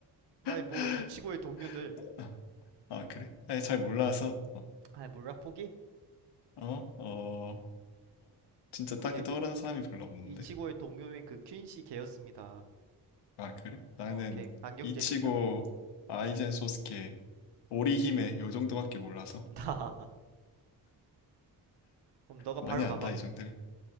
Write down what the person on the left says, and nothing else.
<laughs>
아 아, 그래? 아니
잘 몰라서
어어어 어 진짜
딱히 떠오르는 사람이 별로 없는데
아 그래? 나는
이치고
아이젠 소스케 오리히메 요 정도밖에 몰라서
많이 안다
이 정도면